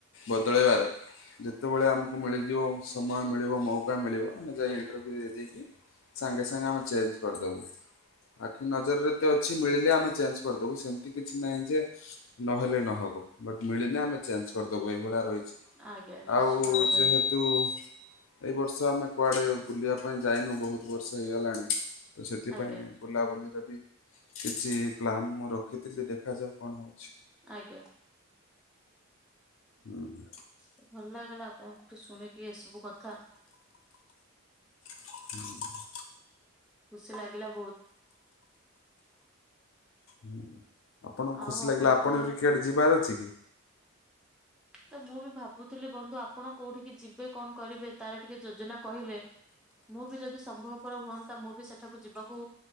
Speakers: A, on the left; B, in the centre.
A: ବଦଳାଇବାର ଯେ ଯେତେବେଳେ ଆମକୁ ମିଳିଯିବ ସମୟ ମିଳିବ ମୌକା ମିଳିବ ଆମେ ଯାଇ ଇଣ୍ଟରଭ୍ୟୁ ଦେଇ ଦେଇକି ସାଙ୍ଗେ ସାଙ୍ଗେ ଆମେ ଚେଞ୍ଜ କରିଦବୁ। ଆଖି ନଜରରେ ଏତ ଅଛି ମିଳିଲେ ଆମେ ଚେଞ୍ଜ କରିଦବୁ, ସେମିତି କିଛି ନାହିଁ ଯେ ନହେଲେ ନହବ ବଟ ମିଳିନା ଆମେ ଚେଞ୍ଜ କରିଦବୁ, ଏଇଭଳିଆ ରହିଛି।
B: ଆଜ୍ଞା ନିଶ୍ଚିତ
A: ଆଉ
B: ଭାବରେ
A: ଯେହେତୁ। ଏଇ ବର୍ଷ ଆମେ କୁଆଡେ ବୁଲିବା ପାଇଁ ଯାଇନୁ ବହୁତ ବର୍ଷ ହେଇଗଲାଣି ତ ସେ ସେଥିପାଇଁ
B: ଆଜ୍ଞା।
A: ବୁଲାବୁଲିରେ ବି କିଛି ପ୍ଲାନ୍ ମୁଁ ରଖିଥିଲି ଦେଖାଯାଉ କଣ ହଉଛି।
B: ଆଜ୍ଞା।
A: ହୁଁ।
B: ତ ଭଲ ଲାଗିଲା ଆପଣଙ୍କୁ ଠୁ ଶୁଣିକି ଏସବୁ କଥା।
A: ହୁଁ।
B: ଖୁସି ଲାଗିଲା ବହୁତ।
A: ହୁଁ ଆପଣଙ୍କୁ
B: ଆଉ
A: ଖୁସି ଲାଗିଲା,
B: ଆପଣଙ୍କର
A: ଆପଣ ରିକେୟାଡ ଯିବାର ଅଛି କି?
B: ତ ମୁଁ ବି ଭାବୁଥିଲି ବନ୍ଧୁ ଆପଣ କୋଉଠିକି ଯିବେ କଣ କରିବେ, ତାର ଟିକେ ଯୋଜନା କହିଲେ‌। ମୁଁ ବି ଯଦି ସମ୍ଭବପର ହୁଅନ୍ତା, ମୁଁ ବି ସେଠାକୁ ଯିବାକୁ